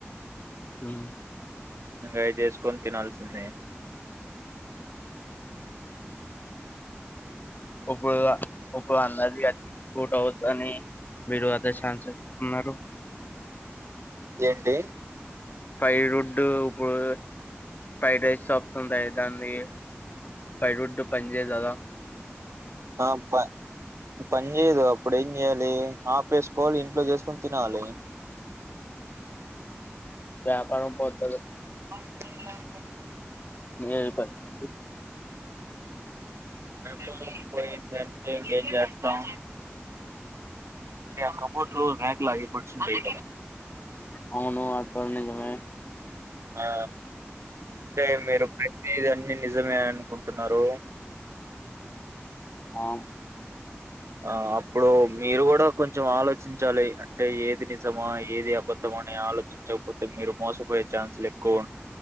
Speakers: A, on the left; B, on the right.
A: ఆ
B: ఇంకా అయి చేసుకొని తినాల్సిందే
A: ఇప్పుడు ఇప్పుడు అన్నది అది సుట్ అవుతని మీరు అదే చాన్స్ ఇస్తున్నారు
B: ఏంటి
A: ఫ్రై రుడ్ ఇప్పుడు ఫ్రైడ్ రైస్ షాప్స్ ఉంటాయి దాన్ని ఫ్రై రుడ్ పని చేయదు కదా
B: ఆప్కా పనిచేయదు అప్పుడు ఏం చేయాలి ఆపేసుకోవాలి ఇంట్లో చేసుకొని తినాలి
A: వ్యాపారాం పోతదు
B: హాయ్ అక్క ఎలా ఉన్నారు
A: మీరు పని పడి
B: వ్యాపారం పోయింది అంటే ఇంకేం చేస్తం ఆ కబోర్డ్ లో ర్యాకులయి పరిచివుంటై
A: అవును అంతా నిజమే
B: ఆ తే మీరు ప్రతి దాని నిజమే అనుకుంటున్నారు
A: ఆ
B: ఆ అప్పుడు మీరు కూడా కొంచెం ఆలోచించాలి అంటే ఏది నిజమా ఏది అబద్ధమా అని ఆలోచించకపోతే మీరు మోసపోయే ఛాన్సులు ఎక్కువ